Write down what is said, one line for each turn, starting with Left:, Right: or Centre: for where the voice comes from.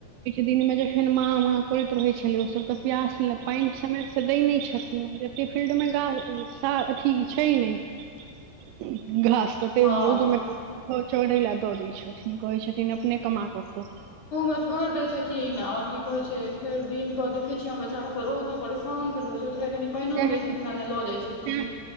Right: दिन में जखन माँ-माँ करैत रहै छेलै, ओसभ तऽ प्यास लए पाइन समय से दय नहि छथिन, आ एते फील्ड में गाछ सा अथी छै नै। <inaudible> घास तऽ ते
Left: हँ
Right: रौद में। ओ चौरै लै दऽ दै छथिन, कहै छथिन अपने कमा क खो।
Left: त छोइड़ दै छथिन, और की कहै छै, फेर दिन कऽ देखै छियै हम बच्चा सब रौद में परेशान भेल रहइ छै, ओय दुआरे कनि पइनो
Right: सएह
Left: नहि दय छथिन, आ नहि लऽ जाय छथिन,
Right: सएह